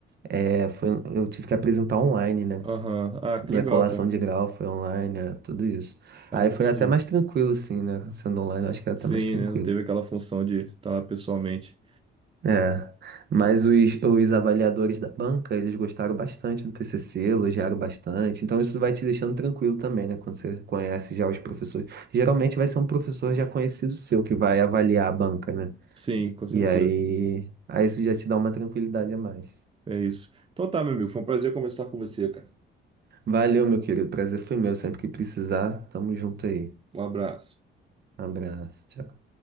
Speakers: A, on the right; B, on the right.
A: é, foi, um, eu tive que apresentar online, né?
B: Aham. Ah, que
A: Minha
B: legal,
A: colação
B: cara.
A: de grau foi online, né? Tudo isso.
B: Ah,
A: Aí
B: entendi.
A: foi até mais tranquilo, assim, né? Sendo online, eu acho que era
B: Sim,
A: até mais tranquilo.
B: né? Não teve aquela função de estar lá pessoalmente.
A: É, mas os, os avaliadores da banca, eles gostaram bastante do TCC, elogiaram bastante. Então isso vai te deixando tranquilo também, né? Quando você conhece já os professores. Geralmente vai ser um professor já conhecido seu que vai avaliar a banca, né?
B: Sim, com certeza.
A: E aí, aí isso já te dá uma tranquilidade a mais.
B: É isso. Então tá, meu amigo. Foi um prazer conversar com você, cara.
A: Valeu, meu querido. Prazer foi meu. Sempre que precisar, tamo junto aí.
B: Um abraço.
A: Um abraço. Tchau.